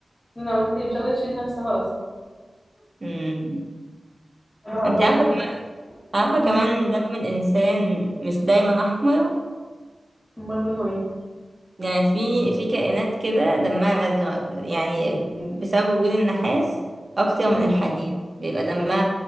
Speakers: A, on the left; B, on the right.
A: انا قلت مش قادرة تشيل نفسها اصلا
B: امم
A: طب هقول
B: انت عارفة
A: لك
B: كمان عارفة
A: امم
B: كمان دم الانسان مش دايما احمر
A: امال لونه ايه
B: يعني في في كائنات كده دمها أزرق يعني بسبب وجود النحاس أكتر
A: امم
B: من الحديد بيبقى دمها